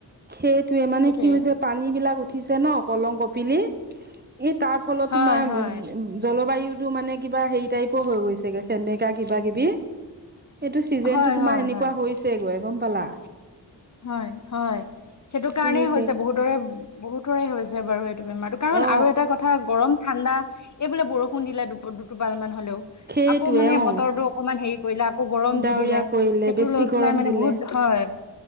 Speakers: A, on the right; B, on the left.
A: সেইটোৱে মানে
B: সেইটোৱে।
A: কি হৈছে পানী বিলাক উঠিছে ন কলং কপিলি এই তাৰ ফলত
B: হয়
A: তোমাৰ
B: হয়
A: জলবায়ু টো মানে কিবা হেৰি টাইপৰ হৈ গৈছেগে সেমেকা কিবা কিবি সেইটো চিজন
B: হয়
A: টো তোমাৰ
B: হয়
A: সেনেকুৱা
B: হয়
A: হৈছে গৈ গম পালা
B: হয় হয় সেইটো
A: সেই
B: কাৰণেই হৈছে বহুতৰে বহুতৰে হৈছে বাৰু বেমাৰটো কাৰণ
A: অ
B: আৰু এটা কথা গৰম ঠাণ্ডা এই বোলে বৰষুণ দিলে দু দুটোপাল মান হলেও
A: সেইটোৱে
B: আকৌ মানে
A: অ
B: বতৰটো অকমান হেৰি কৰিলে আকৌ গৰম
A: ডাৱৰীয়া
B: দি দিলে
A: কৰিলে
B: সেইটো
A: বেছি
B: লৈ
A: গৰম
B: পেলাই মানে
A: দিলে
B: বহুত ধ হয়